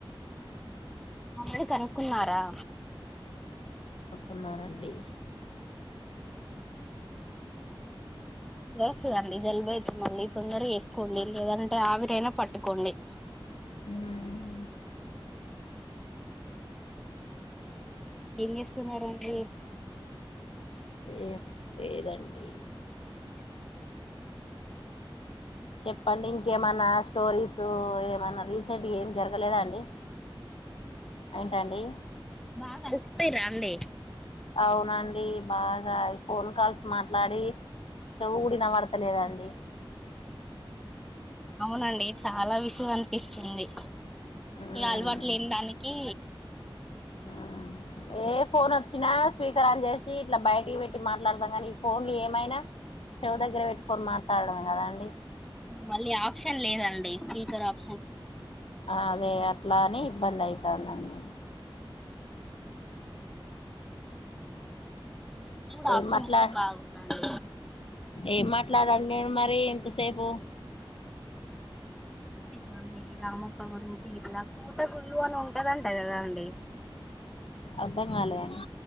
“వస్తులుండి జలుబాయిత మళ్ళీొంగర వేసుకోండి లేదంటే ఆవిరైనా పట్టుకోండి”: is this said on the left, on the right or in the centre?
Centre